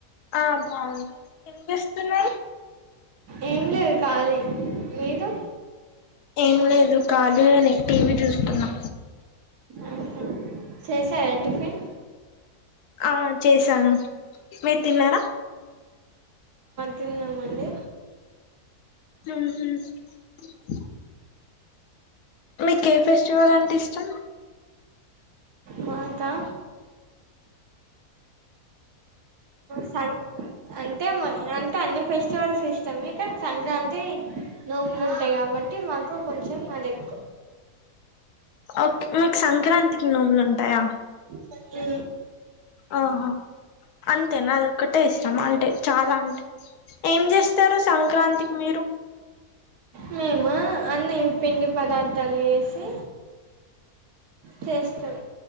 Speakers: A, on the left; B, on the right.
A: ఆ బాగుంది ఏం చేస్తున్నారు
B: ఏం లేదు కా లి మీరు
A: ఏం లేదు కాళీ అని టీవీ చూస్తున్నా
B: ఆహా చేసారా టిఫన్
A: ఆ చేసాను మీరు తిన్నారా
B: తిన్నమండి
A: హ మీకు ఏ ఫెస్టివల్ అంటే ఇష్టం
B: మా కా సం అంటే మాకు అంటే అన్ని ఫెస్టివల్స్ ఇస్టము కానీ సంక్రాంతి నోములు ఉంటాయి కాబట్టి మాకు కొంచెం అది ఎక్కువ
A: ఓకే మీకు సంక్రాంతికి నూములు ఉంటాయా
B: ఉ
A: ఆహా అంతే నాద ఒకటే ఇష్టం అంటే చాలా అంటే ఏం చేస్తుర్రు సంక్రాంతికి మీరు
B: మేము అన్ని పిండి పదార్థాలు చేసి చేస్తాం